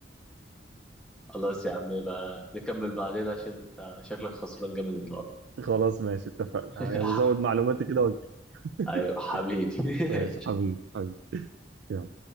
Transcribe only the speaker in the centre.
خلاص يا عم يبقى نكمل بعدين عشان انت شكلك خسران جامد النهارده
<laughs>
ايوه حبيبي
<laughs>